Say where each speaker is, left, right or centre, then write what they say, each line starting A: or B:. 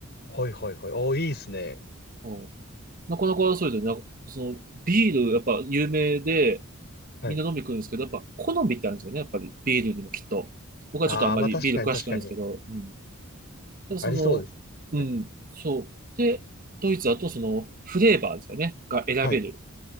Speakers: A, on the left (about 50°); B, on the right (about 40°).
A: はいはいはい。おー、いいですね。
B: うん。なかなかそうですよね。その、ビール、やっぱ有名で、
A: はい。
B: みんな飲み来るんですけど、やっぱ好みってあるんですよね。やっぱりビールにもきっと。僕はちょっとあんまりビール詳しくないんですけど、
A: ああ、まあ確かに確かに。
B: うん。ただその、
A: ありそうです。
B: うん、
A: はい。
B: そう。で、ドイツだとその、フレーバーですかね、が選べる。
A: はい